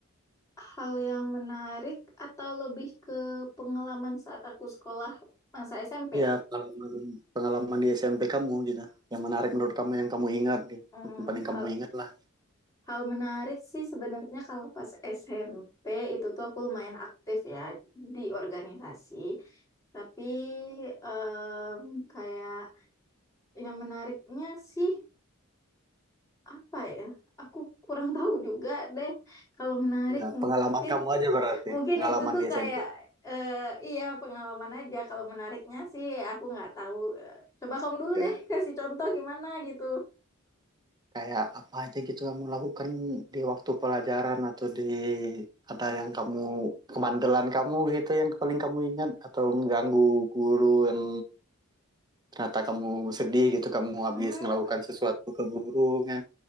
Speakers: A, on the left; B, on the right.
A: Hal yang menarik atau lebih ke pengalaman saat aku sekolah masa SMP?
B: Ya, pengalaman, pengalaman di SMP kamu gitu. Yang menarik menurut kamu yang kamu ingat gitu.
A: Hmm,
B: Yang paling
A: hal
B: kamu ingat lah.
A: hal menarik sih sebenarnya kalau pas SMP itu tuh aku lumayan aktif ya di organisasi. Tapi em, kayak yang menariknya sih apa ya? Aku kurang <laughs> tahu juga deh. Kalau menarik
B: Ya,
A: mungkin
B: pengalaman kamu aja berarti.
A: Mungkin
B: Pengalaman
A: itu tuh
B: di SMP.
A: kayak eh, iya pengalaman aja. Kalau menariknya sih aku nggak tahu. Eh, Coba kamu dulu
B: Ya.
A: deh kasih contoh gimana gitu.
B: Kayak apa aja gitu kamu lakukan di waktu pelajaran atau di ada yang kamu kemandelan kamu gitu yang paling kamu ingat atau mengganggu guru yang ternyata kamu sedih gitu kamu habis
A: Hmm,
B: melakukan sesuatu ke guru kan.